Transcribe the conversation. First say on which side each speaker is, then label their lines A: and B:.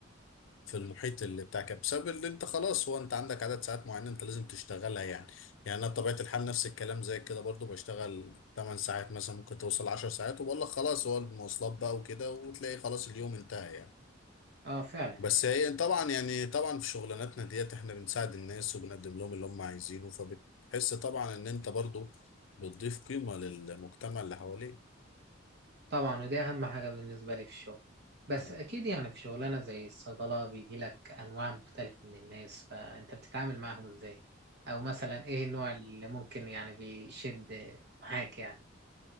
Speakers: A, on the left; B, on the right.
A: في المحيط اللي بتاعك بسبب اللي انت خلاص هو انت عندك عدد ساعات معينة انت لازم تشتغلها يعني يعني انا بطبيعة الحال نفس الكلام زي كده برضو بشتغل 8 ساعات مثلا ممكن توصل 10 ساعات وبقول لك خلاص هو المواصلات بقى وكده وتلاقي خلاص اليوم انتهى يعني
B: اه فعلا
A: بس هي طبعا يعني طبعا في شغلاناتنا ديت احنا بنساعد الناس وبنقدم لهم اللي هم عايزينه فبتحس طبعا ان انت برضو بتضيف قيمة للمجتمع اللي حواليك
B: طبعا وده اهم حاجة بالنسبة لي في الشغل بس
A: مم.
B: اكيد يعني في شغلانة زي الصيدلة بيجي لك انواع مختلفة من الناس فانت بتتعامل معاهم ازاي او مثلا ايه النوع اللي ممكن يعني بيشد معاك يعني